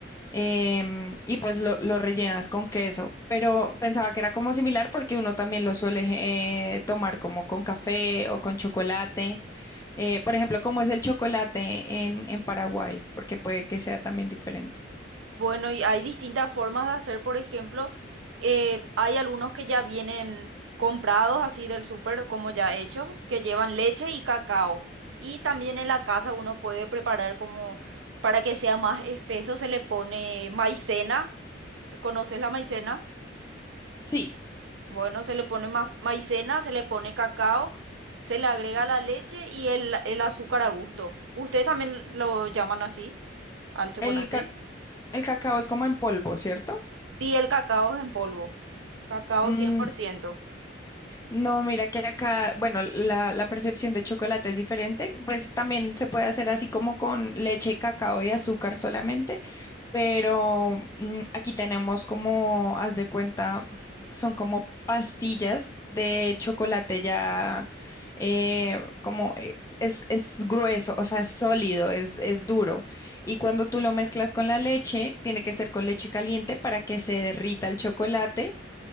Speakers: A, on the left (about 15°); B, on the right (about 75°).
A: em, y pues lo, lo rellenas con queso. Pero pensaba que era como similar porque uno también lo suele eh, tomar como con café o con chocolate. Eh, por ejemplo, ¿cómo es el chocolate en, en Paraguay? Porque puede que sea también diferente.
B: Bueno, y hay distintas formas de hacer, por ejemplo, eh, hay algunos que ya vienen comprados así del súper como ya hechos, que llevan leche y cacao. Y también en la casa uno puede preparar como para que sea más espeso, se le pone maicena. ¿Conoces la maicena?
A: Sí,
B: Bueno, se le pone más maicena, se le pone cacao, se le agrega la leche y el, el azúcar a gusto. ¿Ustedes también lo llaman así al chocolate?
A: el, ca- el cacao es como en polvo, ¿cierto?
B: Sí, el cacao es en polvo. Cacao
A: Mm,
B: cien por ciento.
A: No, mira que acá, bueno, la, la percepción de chocolate es diferente, pues también se puede hacer así como con leche, cacao y azúcar solamente, pero mm, aquí tenemos como, haz de cuenta, son como pastillas de chocolate ya, eh, como eh, es, es grueso, o sea, es sólido, es, es duro, y cuando tú lo mezclas con la leche, tiene que ser con leche caliente para que se derrita el chocolate